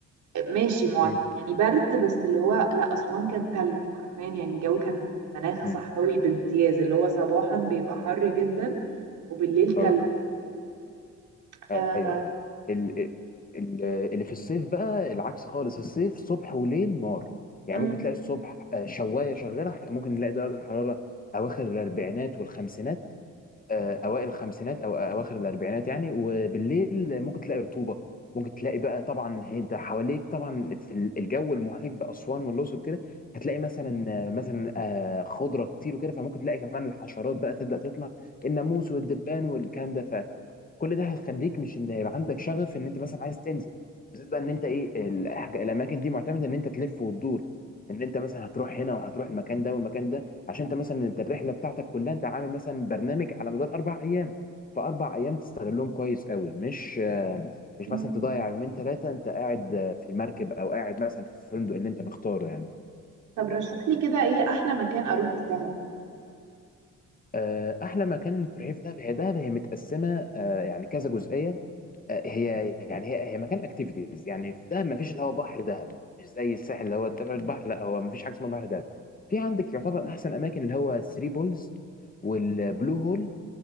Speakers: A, on the right (about 75°); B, on the left (about 30°).
A: ماشي معت...
B: مم.
A: يعني برد بس اللي هو لا أسوان كان تلج حرفيا يعني الجو كان مناخ
B: مم.
A: صحراوي بامتياز اللي هو صباحا بيبقى حر جدا وبالليل تلج
B: اه
A: آه...
B: ايوه ايوه ال... ال... اللي في الصيف بقى العكس خالص الصيف صبح وليل نار يعني
A: مم.
B: ممكن تلاقي الصبح آه، شوايه شغاله ممكن نلاقي درجه الحراره اواخر الاربعينات والخمسينات آه، اوائل الخمسينات او اواخر الاربعينات يعني وبالليل ممكن تلاقي رطوبه ممكن تلاقي بقى طبعا هي- انت حواليك طبعا في ال- الجو المحيط باسوان والاقصر كده هتلاقي مثلا آه، مثلا آه، خضره كتير وكده فممكن تلاقي كمان الحشرات بقى تبدا تطلع الناموس والدبان والكلام ده كل ده هيخليك مش ان يبقى عندك شغف ان انت مثلا عايز تنزل بالذات بقى ان انت ايه الحاج- الاماكن دي معتمده ان انت تلف وتدور ان انت مثلا هتروح هنا وهتروح المكان ده والمكان ده عشان انت مثلا انت الرحله بتاعتك كلها انت عامل مثلا برنامج على مدار اربع ايام فاربع ايام تستغلهم كويس قوي مش آه، مش
A: مم.
B: مثلا تضيع يومين ثلاثه انت قاعد آه، في المركب او قاعد مثلا في الفندق اللي انت مختاره يعني
A: طب رشح لي كده ايه احلى مكان اروحه في دهب
B: آه، احلى مكان تروحيه في دهب هي دهب هي متقسمه آه، يعني كذا جزئيه آه، هي يعني هي هي مكان اكتيفيتيز يعني في دهب ما فيش اللي هو بحر دهب مش زي الساحل اللي هو تبع البحر لا هو ما فيش حاجه اسمها بحر دهب في عندك يعتبر احسن اماكن اللي هو 3 بولز والبلو هول